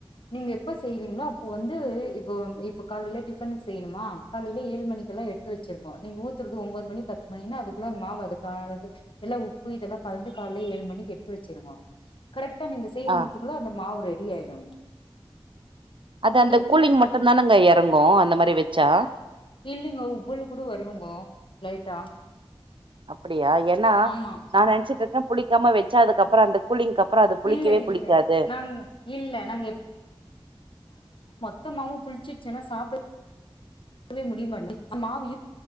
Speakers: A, on the left; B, on the right.
A: நீங்க எப்ப செய்வீங்களோ அப்போ வந்து இப்போ இப்போ காலையில டிஃபன் செய்யணுமா காலையில ஏழு மணிக்கு எல்லாம் எடுத்து வெச்சுருங்கோ நீங்க ஊத்றது ஒம்போது மணி பத்து மணினா அதுக்குள்ள அந் மாவு அதுக்காக எல்லா உப்பு இதெல்லாம் கலந்து கால்ல ஏழு மணிக்கு எடுத்து வச்சிருங்கோ கரெட் டா நீங்க செய்
B: ஆ
A: முத்துக்குள்ள அந்த மாவு ரெ டி ஆயிடுங்க
B: அது அந்த
A: நீங்க ஃபுல்லா
B: கூலிங் மட்டும் தானங்க எறங்கும் அந்த மாரி வெச்சா
A: இல்லைங்கோ உப்பிள் கூட வருங்கோ லைட்டா
B: அப்ப டியா ஏன்னா
A: ஆமா
B: நா நென்ச்சிட்டு இருக்க புளிக்காம வெச்சா அதுக்கப்புறோ அந்த கூலிங்கப்புறோ அது புளிக்கவே
A: இல்ல இல்ல
B: புளிக்காது
A: நாங் இல்ல நாங்க த்த மாவும் புளிச்சிட்ச் சென்னா சாப்டவே முடிய மாட்து மாவு